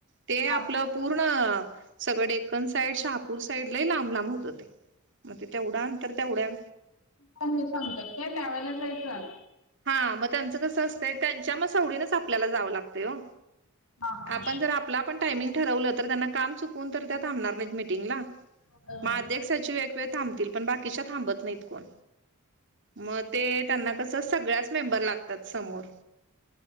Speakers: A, on the right; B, on the left.
A: ते आपलं.
B: हा
A: पूर्ण सगळ डेक्कन साईड शहापूर साईड लाही लांब लांब होत हो ते मग ते तेवढ्या नंतर तेवढ्या.
B: प हे सांगतात काय त्यावेला जायचं.
A: हा मग त्यांचं कसं असतं त्यांच्या मग स एवडीनच आपल्याला जावं लागते हो.
B: हा हा.
A: आपण जर आपला पण टायमिंग ठरवलं तर त्यांना काम चुकून तर त्या थांबणार नाही मिीटिंगला.
B: होय होय.
A: म अध्यक्षची वेगवेळ थांबतील पण बाकीच्या थांबत नाहीत कोण. मग ते त्यांना कसं सगळ्याच मेंबर लागतात समोर.